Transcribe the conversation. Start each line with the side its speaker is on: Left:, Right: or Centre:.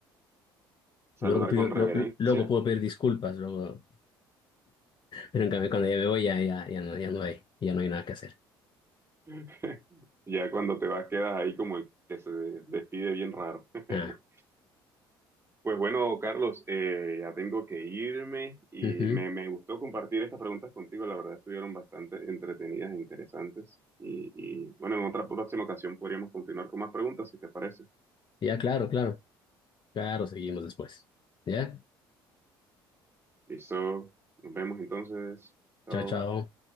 Right: ¿Saludar
Left: Luego pido,
Right: con
Left: lo-
Right: reverencia?
Left: luego puedo pedir disculpas, luego. Pero en cambio, cuando ya me voy, ya, ya, ya no, ya no hay, ya no hay nada que hacer.
Right: <laughs> Ya cuando te vas quedas ahí como el que se despide bien raro. <laughs>
Left: Ah,
Right: Pues bueno, Carlos, eh, ya tengo que irme y
Left: ujú.
Right: me, me gustó compartir estas preguntas contigo. La verdad, estuvieron bastante entretenidas e interesantes. Y, y bueno, en otra próxima ocasión podríamos continuar con más preguntas, si te parece.
Left: Ya, claro, claro. Claro, seguimos después. ¿Ya?
Right: Listo, nos vemos entonces. Chao.
Left: Chao, chao.